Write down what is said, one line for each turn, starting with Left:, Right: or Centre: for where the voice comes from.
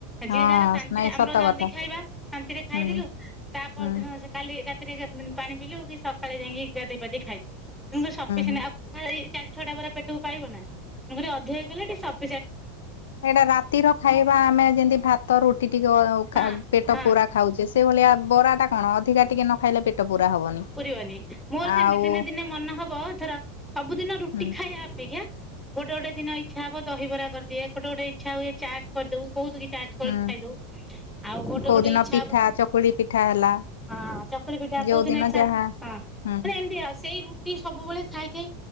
Left: ହଁ
Centre: ଯିଏ ଯାହାର ଶାନ୍ତିରେ
Left: ନାଇଁ
Centre: ଆମର
Left: ସତ
Centre: ଜଲଦି
Left: କଥା
Centre: ଖାଇବା ଶାନ୍ତିରେ ଖାଇଦଲୁ
Left: ହୁଁ ହୁଁ
Centre: ତା ପରଦିନ
Left: ହୁଁ
Centre: କାଲି ରାତିରେ ପାଣି ପିଇଲୁ କି ସକାଳେ ଯାଇକି ଗାଧୋଇ ପାାଧୋଇ ଖାଇଲୁ ତେଣୁ କରି ସଫିସେଣ୍ଟ
Left: ହୁଁ
Centre: ଆଉ ଚାରି ଛଅଟା ବରା ପେଟକୁ ପାଇବ ନା ତେଣୁ କରି ଅଧିକ କଲେ ଟିକେ ସଫ
Left: ସେଇଟା ରାତିର ଖାଇବା ଆମେ ଯେମତି ଭାତ ରୁଟି ଟିକେ
Centre: ହଁ
Left: ଖା ପେଟ
Centre: ହଁ
Left: ପୁରା ଖାଉଚ଼େ ସେଇ ଭଳିଆ ବରା ଟା କଣ ଅଧିକା ଟିକେ ନ ଖାଇଲେ ପେଟ ପୁରା ହବନି।
Centre: ପୁରିବନି ମୋର ସେମିତି
Left: ଆଉ
Centre: ଦିନେ ଦିନେ ମନ ହବ ଧର ସବୁ ଦିନ ରୁଟି
Left: ହୁଁ
Centre: ଖାଇବା ଅପେକ୍ଷା ଗୋଟେ ଗୋଟେ ଦିନ ଇଚ୍ଛା ହବ ଦହିବରା କରିଦିଏ ଗୋଟେ ଗୋଟେ ଇଚ୍ଛା ହୁଏ ଚାଟ୍ କରିଦଉ ବହୁତ୍ କି ଚାଟ୍ କରି
Left: ହୁଁ
Centre: ଖାଇଦଉ ଆଉ ଗୋଟେ
Left: କୋଉ
Centre: ଗୋଟେ
Left: ଦିନ
Centre: ଇଚ୍ଛା
Left: ପିଠା
Centre: ହବ
Left: ଚକୁଳି ପିଠା ହେଲା।
Centre: ହଁ ଚକୁଳି ପିଠା
Left: ଯୋଉ
Centre: କଉଦିନ
Left: ଦିନ
Centre: ଇଚ୍ଛା
Left: ଯାହା
Centre: ହଁ ମାନେ
Left: ହୁଁ
Centre: ଏମ୍ ତି ଆଉ ସେଇ ରୁଟି ସବୁବେଳେ ଖାଇ ଖାଇ